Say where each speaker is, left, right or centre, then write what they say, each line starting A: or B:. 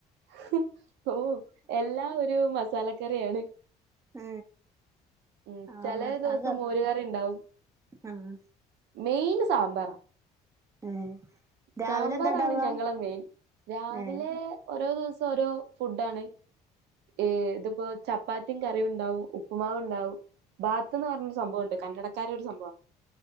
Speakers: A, on the right; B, on the right.
A: ഹ് ഓ എല്ലാ ഒരു മസാലക്കറിയാണ്
B: ആ
A: മ്
B: ആഹ്
A: ചില
B: അങ്ങ
A: ദിവസം
B: കറി
A: മോരുകറി ഉണ്ടാവും
B: ആഹ്
A: മെയിന് സാമ്പാറാ
B: ഏഹ് രാവിലെ
A: സാമ്പാറാണ്
B: എന്താ ഇണ്ടാവാ
A: ഞങ്ങളെ മെയിൻ രാവിലെ
B: ഏഹ്
A: ഓരോ ദിവസ ഓരോ ഫുഡാണ് എ ഇതിപ്പോ ചപ്പാത്തിയും കറിയും ഉണ്ടാവും ഉപ്പുമാവ് ഉണ്ടാവും ബാത്ത് എന്ന് പറഞ്ഞൊരു സംഭവംമുണ്ട് കന്നടക്കാര ഒരു സംഭവമാണ്